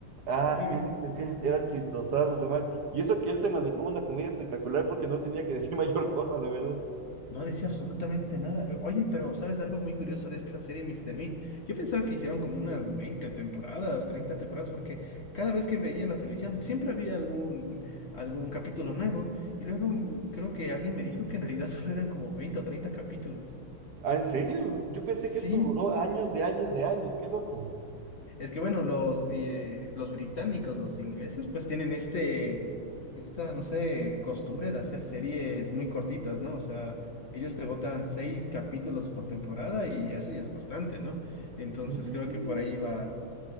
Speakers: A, on the right (about 60°); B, on the left (about 45°).
A: Ah,
B: Muy bien.
A: qué lindo, es que era chistosazo ese man. Y eso que él te manejaba una comedia espectacular porque no tenía que decir <laughs> mayor cosa, la verdad.
B: No decía absolutamente nada. Eh, Oye, pero ¿sabes algo muy curioso de esta serie Mister Bean? Yo pensaba que hicieron como unas 20 temporadas, 30 temporadas, porque cada vez que veía la televisión siempre había algún, algún capítulo nuevo. Y luego mm, creo que alguien me dijo que en realidad <laughs> solo eran como 20 o 30 capítulos.
A: Ah, ¿en serio? Yo pensé
B: Sí,
A: que esto duró años de años de años, qué loco.
B: Es que bueno, los, eh, los británicos, los ingleses, pues tienen este, esta, no sé, costumbre de hacer series muy cortitas, ¿no? O sea, ellos te botan seis capítulos por temporada y eso ya es bastante, ¿no? Entonces
A: Ujú.
B: creo que por ahí iba,